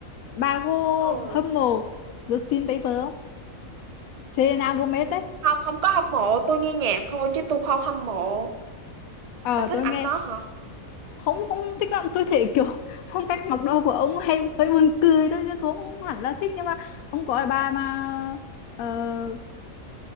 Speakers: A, on the left (about 80°); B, on the right (about 50°).
A: bà cô
B: ừ
A: hâm mộ Justin Bieber không? Selena Gomez
B: Ừ.
A: ấy
B: không không có hâm mộ tôi nghe nhạc thôi chứ tôi không hâm mộ
A: ờ
B: bà thích
A: tôi
B: ảnh
A: nghe
B: nó hả
A: không không thích lắm tôi thấy kiểu <laughs> phong cách mặc đồ của ông hay hơi buồn cười thôi chứ cũng không hẳn là thích nhưng mà ông có cái bà mà uh,